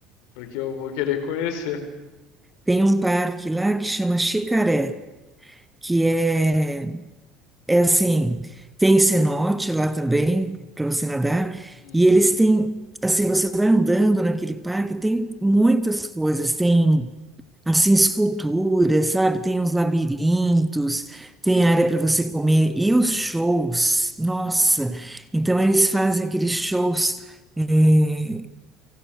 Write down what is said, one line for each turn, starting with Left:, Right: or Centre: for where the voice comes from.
Left: porque eu vou querer conhecer.
Centre: Tem um parque lá que chama Xicaré, que é, é assim, tem cenote lá também para você nadar.
Left: Uhum.
Centre: E eles têm, assim, você vai andando naquele parque, tem muitas coisas. Tem assim, esculturas, sabe? Tem uns labirintos, tem área para você comer e os shows, nossa. Então eles fazem aqueles shows eh,